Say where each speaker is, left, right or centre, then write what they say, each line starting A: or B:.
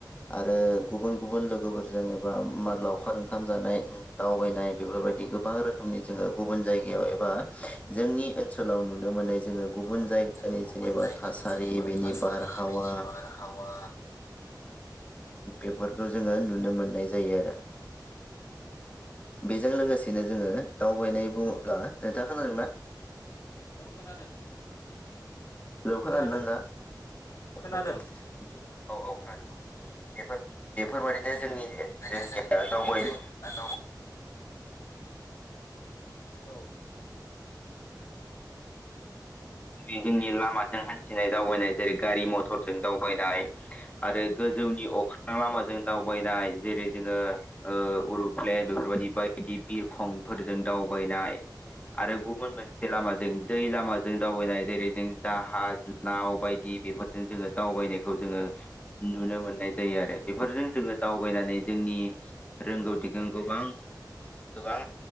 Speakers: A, on the left (about 20°); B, on the left (about 45°).
A: आरो गुबुन गुबुन लोगोफोरजों एबा मा लावखार ओंखाम जानाय दावबायनाय बेफोरबायदि गोबां रोखोमनि जोङो गुबुन जायगायाव एबा जोंनि ओनसोलाव नुनो मोननाय जोङो गुबुन
B: नुदों
A: जायगानि
B: जोङो गुबुन
A: जेनेबा
B: जायगानि
A: थासारि
B: जेनेबा
A: बेनि
B: थासारि
A: बारहावा
B: बेनि बारहावा
A: बेफोरखौ
B: औ नंगौ
A: जोङो नुनो मोननाय जा जायो आरो।
B: औ
A: बेजों लोगोसे बिदिनो जोङो दावबायनाय बुङोब्ला नोंथा खोनादोंना?
B: औ खोनादों।
A: हेल
B: खोनादों
A: खानादोंना
B: खोनादों।
A: नोंथां? बेफोर बेफोरबायदिनो जोंनि
B: ओंखायनो
A: जोंनिया
B: जों
A: दावबाय
B: जों दाव औ।
A: जेरै जोंनि लामाजों हान्थिनाय दावबायनाय जेरै गारि मथरजों दावबायनाय आरो गोजौनि अख्रां लामाजों दावबायनाय जेरै जोङो अरुप्लेन बेफोरबायदि बायदि बिरखंफोरजों दावबायनाय आरो गुबुन मोनसे लामाजों दै लामाजों दावबायनाय जेरै जों जाहाज नाव बायदि बेफोरजों जोङो दावबायनायखौ जोङो नुनो मोननाय जायो आरो बेफोरजों जोङो दावबायनानै जोंनि रोंगौथिखौ गोबां गोबां